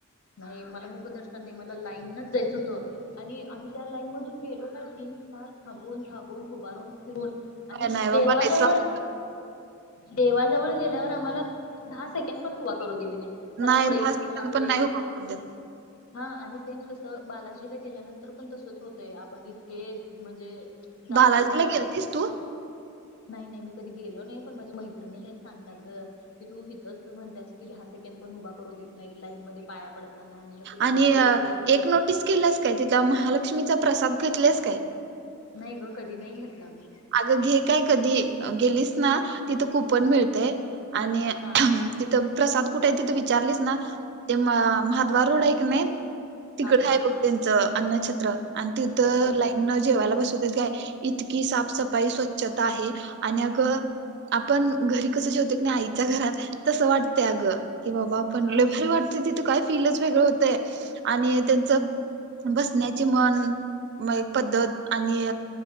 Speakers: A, on the left; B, on the right.
A: नाही मला मुकदर्शन नाही मला लाईनच जायचं हुत आणि आम्ही त्या लाईन मधून गेलो काय तीन तास थांबून थाबून हुबारून फिरून आणि
B: नाही बाबा
A: देवाजवळ
B: लय त्रास
A: देवाजवळ गेल्यावर आम्हाला दहा सेकंड पण उभा करू दिली नाही चला
B: नाही
A: पुढे
B: दहा
A: चला
B: सेकंद
A: पुढे
B: <unintelligible>
A: हा आणि सेम तसं बालाजीला गेल्यानंतर पण तसच होतंय आपण इतके म्हणजे जातोय
B: बालाजीला
A: ना
B: गेलतीस तू
A: नाही नाही मी कधी गेलो नाही पण माझी मैत्रिणी तेन सांगतात गं. की तू हितचं म्हणतास की दहा सेकंड पण उभा करू देत नाहीत लाईन मध्ये पाया ताना आणि मग तू बालाजीला
B: आणि
A: गेलीस तर
B: एक नोटीस केल्यास काय, तिथल्या महालक्ष्मीचा प्रसाद घेतल्यास काय?
A: नाही ग कधी नाही घेतला मी.
B: अगं घे काय कधी गेलीस ना तिथं कूपन
A: हा
B: मिळतय आणि
A: हा
B: तिथं प्रसाद कुठाय तिथं विचारलीस ना ते म म्हादबा रोड हाय कनी तिकडे
A: हा हा
B: आहे बघ त्यांचं अन्नछत्र आणि तिथं
A: बर
B: लाइ न जेवायला बसवत्यात काय इतकी साफ-सफाई, स्वच्छता आहे आणि अग आपण घरी कसं जेवतोय कनी आईच्या घरात तसं वाटत अग की बाबा पण
A: हा
B: लई भारी वाटतय तिथं काय फीलच वेगळं होतय आणि त्यांच बसण्याची म्हण म पद्धत आणि